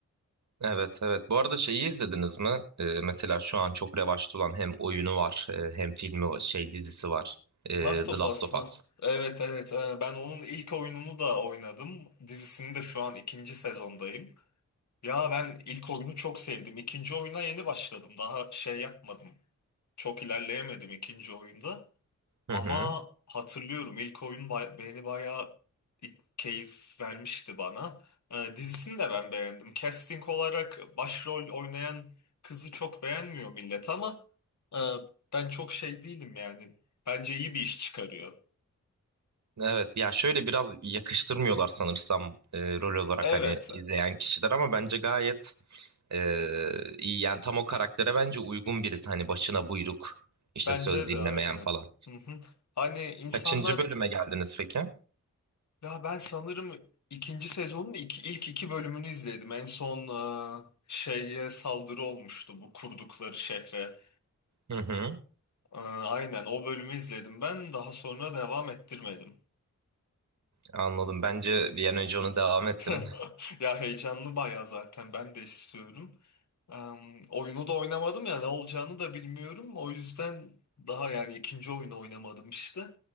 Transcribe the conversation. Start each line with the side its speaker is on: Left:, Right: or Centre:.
Right: Evet evet. Bu arada şeyi izlediniz mi? Ee, mesela şu an çok revaçta olan hem oyunu var e, hem filmi var, şey dizisi var. Ee,
Left: Last of
Right: The Last
Left: Us
Right: of
Left: mı?
Right: Us.
Left: Evet evet Ee, ben onun ilk oyununu da oynadım. Dizisini de şu an ikinci sezondayım. Ya ben ilk oyunu çok sevdim. İkinci oyuna yeni başladım. Daha şey yapmadım. Çok ilerleyemedim ikinci oyunda.
Right: Hı
Left: Ama
Right: hı.
Left: hatırlıyorum ilk oyun ba- beni bayağı i- keyif vermişti bana. Ee, dizisini de ben beğendim. Casting olarak başrol oynayan kızı çok beğenmiyor millet ama e, ben çok şey değilim yani. Bence iyi bir iş çıkarıyor.
Right: Evet ya şöyle biraz yakıştırmıyorlar sanırsam e, rol olarak
Left: Evet,
Right: hani izleyen kişiler ama bence gayet e, iyi. Yani tam o karaktere bence uygun birisi hani başına buyruk işte
Left: bence
Right: söz dinlemeyen
Left: de aynen.
Right: falan.
Left: Hı hı. Hani insanlar
Right: Kaçıncı bölüme geldiniz peki?
Left: ya ben sanırım ikinci sezonun iki, ilk iki bölümünü izledim. En son e, şeye saldırı olmuştu bu kurdukları şehre.
Right: Hı hı.
Left: E, aynen o bölümü izledim ben. Daha sonra devam ettirmedim.
Right: Anladım. Bence bir an önce onu devam ettirin.
Left: <laughs> Ya heyecanlı baya zaten ben de istiyorum. E, oyunu da oynamadım ya ne olacağını da bilmiyorum. O yüzden daha yani ikinci oyunu oynamadım işte.